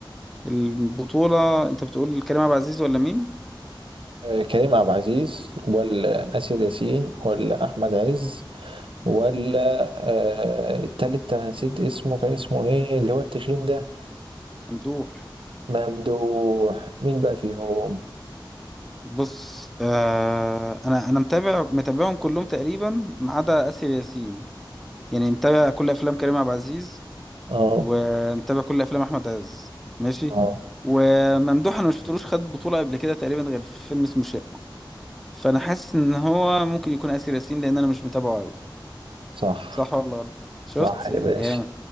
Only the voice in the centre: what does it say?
البطولة انت بتقول كريم عبد العزيز ولا مين
ممدوح
بص آه انا انا متابع متابعهم كلهم تقريبا ما عدا اسر ياسين يعني متابع كل افلام كريم عبد العزيز
ومتابع كل افلام احمد عز ماشي
وممدوح انا ما شفتلوش خد بطوله قبل كده تقريبا غير في فيلم اسمه شقه فانا حاسس ان هو ممكن يكون اسر ياسين لان انا مش متابعه قوي
صح ولا غلط شفت
جامد